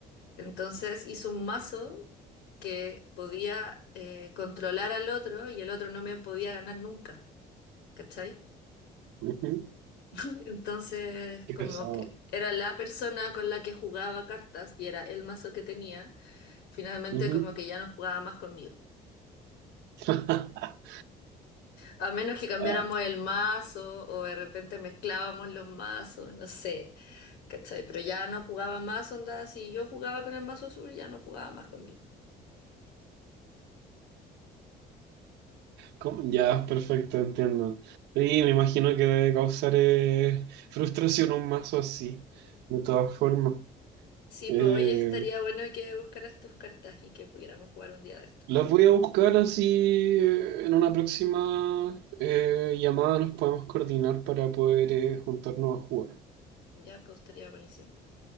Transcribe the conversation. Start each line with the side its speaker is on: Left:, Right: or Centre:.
Left: entonces hizo un mazo que podía eh, controlar al otro y el otro no me podía ganar nunca, ¿cachai?
Right: Ujú.
Left: <laughs> Entonces,
Right: Qué
Left: como
Right: pesado.
Left: que era la persona con la que jugaba cartas y era el mazo que tenía, finalmente
Right: Ujú.
Left: como que ya no jugaba más conmigo.
Right: <laughs>
Left: A menos que cambiáramos
Right: Ah,
Left: el mazo o de repente mezclábamos los mazos, no sé, ¿cachai? Pero ya no jugaba más, onda, si yo jugaba con el mazo azul, ya no jugaba más conmigo.
Right: ¿cómo? Ya, perfecto, entiendo. Sí, me imagino que debe causar eh, frustración un mazo así, de todas formas.
Left: Sí,
Right: Eh,
Left: pues hoy estaría bueno que buscaras tus cartas y que pudiéramos jugar un día de esto.
Right: las voy a buscar así eh, en una próxima eh, llamada, nos podemos coordinar para poder eh, juntarnos a jugar.
Left: Ya, pues estaría buenísimo.